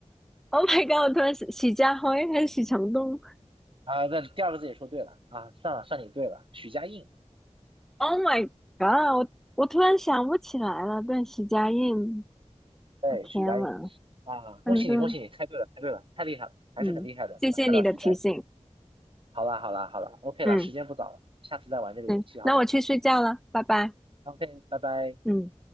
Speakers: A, in the centre; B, on the right.
A: ？Oh my god！我突然许家辉还是许承东
B: 啊，那第二个字也说对了啊，算了算你对了，许家印。
A: ？Oh my god！我我突然想不起来了。对，许家印，
B: 对，
A: 我天呐，
B: 许佳颖啊，恭喜你，
A: 反正
B: 恭喜你，猜对了，猜对了，太厉害了，还是很厉害的，
A: 嗯，谢谢你的提醒。
B: 能猜到许佳颖。好啦，好啦，好啦，OK
A: 嗯，
B: 了，时间不早了，下次再玩这个游戏好不好
A: 对，那我去睡觉了，拜拜。
B: ？OK，拜拜。
A: 嗯。